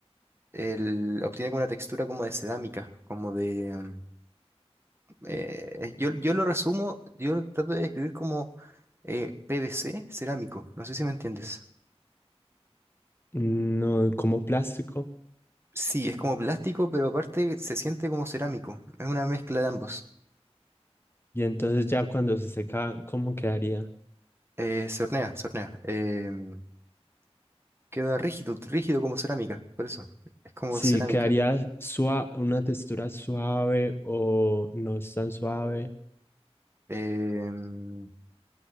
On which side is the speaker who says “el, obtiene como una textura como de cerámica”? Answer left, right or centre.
Right